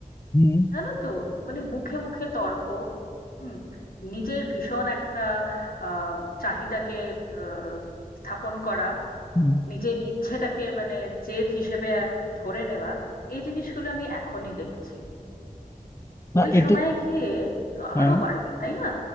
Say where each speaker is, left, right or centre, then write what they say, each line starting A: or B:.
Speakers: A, on the left (about 20°); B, on the left (about 80°).
A: হুম
B: জানো তো মানে মুখে মুখে তর্ক হুম নিজের ভীষণ একটা আহ চাহিদাকে আহ, স্থাপন করা
A: হুম,
B: নিজের ইচ্ছেটাকে মানে জেদ হিসেবে ধরে নেওয়া এই জিনিসগুলো আমি এখনই দেখছি
A: না
B: ওই
A: এটা
B: সময়ে গিয়ে তো
A: হ্যাঁ
B: আরো বাড়বে তাই না